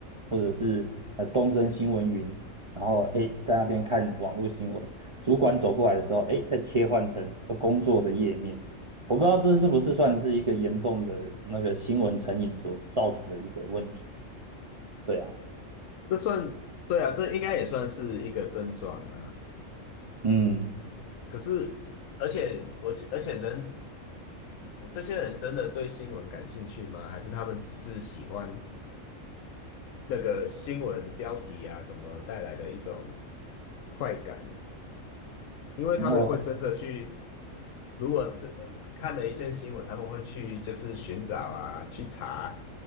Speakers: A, on the right; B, on the left.
A: 或者是呃东森新闻云，然后诶在那边看网络新闻，主管走过来的时候，诶再切换成呃工作的页面。我不知道这是不是算是一个严重的那个新闻成瘾所造成的一个问题。对啊，
B: 这算，对啊，这应该也算是一个症状啊。
A: 嗯，
B: 可是，而且我而且人，我这些人真的对新闻感兴趣吗？还是他们只是喜欢？那个新闻标题啊什么带来的一种快感，因为他们会真的去，
A: 然后
B: 如果这、呃看了一件新闻，他们会去就是寻找啊，去查